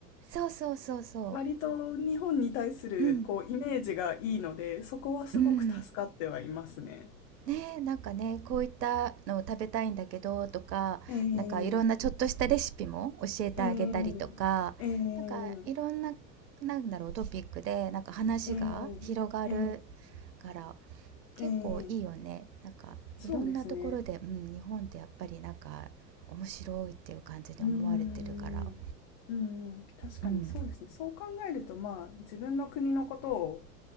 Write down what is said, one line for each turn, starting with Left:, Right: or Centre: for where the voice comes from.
Right: そうそうそうそ
Left: 割と日本に対する、
Right: う。うん。
Left: こう、イメージがいいので、そこはすごく助かってはいますね。
Right: うん。ねえ、なんかね、こういったのを食べたいんだけどとか、
Left: ええ
Right: なんかいろんなちょっとしたレシピも教えてあげたりとか、
Left: えええええ
Right: なんかいろんな、なんだろう、トピックでなんか話が広がる
Left: ええ
Right: から結構いいよね。
Left: えええ
Right: なんかいろんなところで、
Left: そうですね。
Right: うん、日本ってやっぱりなんか面白いっていう感じに思われてるから。
Left: うーん。うーん、確かにそうですね。
Right: うん。
Left: そう考えると、まあ、自分の国のことを